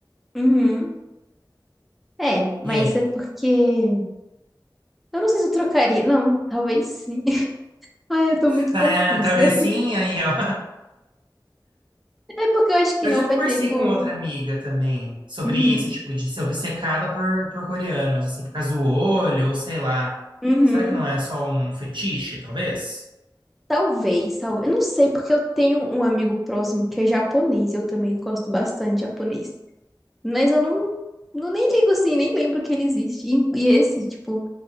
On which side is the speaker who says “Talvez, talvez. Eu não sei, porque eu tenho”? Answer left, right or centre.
Centre